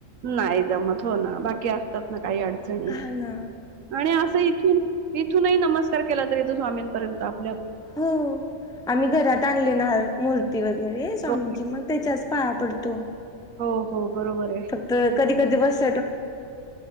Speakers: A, on the right (about 75°); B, in the centre.
A: नाहीं जमतं हो नां बाकी असतांत नां काही अडचंणी
B: हा ना
A: आणि असं इथून कुठं नही नमस्कांर केलां तरं येतो स्वामींपर्यंत आप आप पोहचतो
B: हो आम्हीं घरांत आणलीणां मूर्ती वगैंरे स्वामींची
A: हो
B: मंग त्यांच्याच पाया पडतो.
A: हो हो बरोबर आहे
B: फक्त कधी कधी वसत